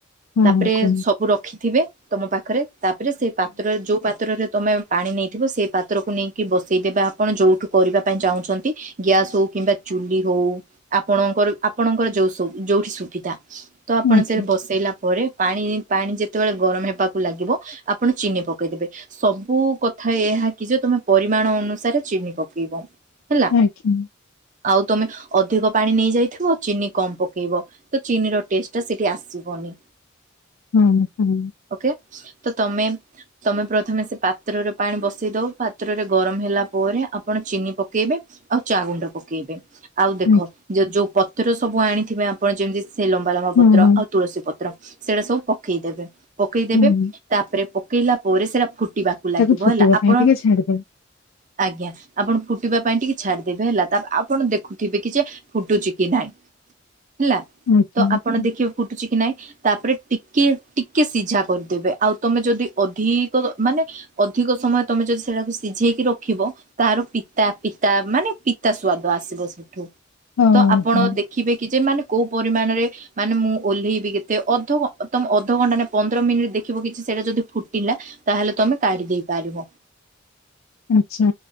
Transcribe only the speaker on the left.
ହଁ
ହଁ କୁହନ୍ତୁ
ହଁ ଆଜ୍ଞା
ଦେ୍ <inaudible>
ହୁଁ ହୁଁ।
ଆଜ୍ଞା
ହଁ ହଁ
ହଁ
ତାକୁ ଫୁଟିବା
ପାଇଁ ଟିକେ ଛାଡିଦେବେ
ଆଜ୍ଞା
ଆଜ୍ଞା।
ହଉ
ହଉ
ଆଚ୍ଛା